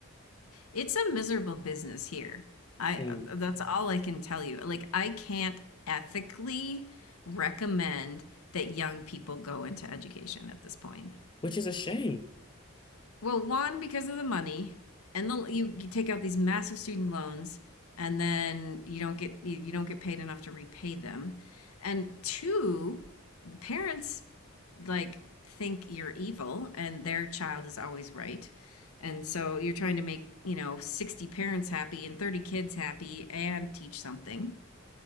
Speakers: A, on the left (about 90°); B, on the left (about 20°).
A: It's a miserable business here. I
B: Mm.
A: that's all I can tell you. Like I can't ethically recommend that young people go into education at this point.
B: Which is a shame.
A: Well, one because of the money and the you, you take out these massive student loans and then you don't get you, you don't get paid enough to repay them. And two, the parents like think you're evil and their child is always right. And so you're trying to make, you know, 60 parents happy and 30 kids happy and teach something.